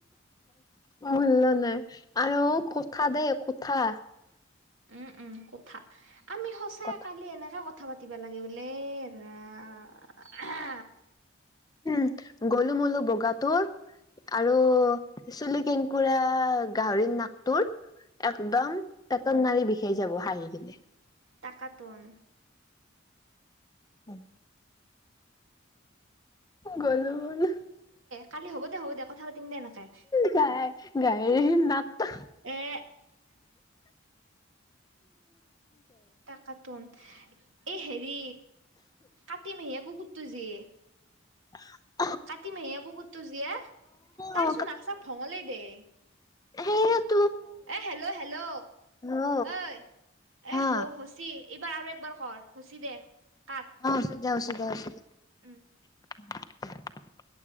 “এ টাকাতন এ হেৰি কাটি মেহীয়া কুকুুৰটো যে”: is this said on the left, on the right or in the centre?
Right